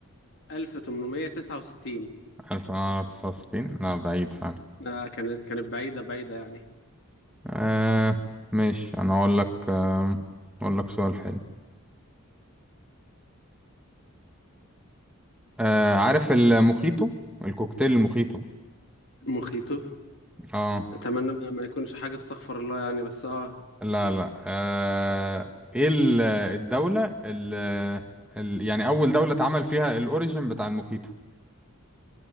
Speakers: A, on the left; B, in the centre.
A: 1869
B: ألف تسعة وستين؟ لا بعيد فعلا
A: لا، كانت كانت بعيدة بعيدة يعني
B: آه ماشي أنا أقول لك آه أقول لك سؤال حلو آه عارف المخيطو؟ الكوكتيل المخيطو
A: مخيطه
B: اه
A: اتمنى ما ما يكونش حاجة استغفر الله يعني بس اه
B: لا لا آه، ايه ال- الدولة ال ال يعني أول دولة اتعمل فيها الأوريجن بتاع الموخيتو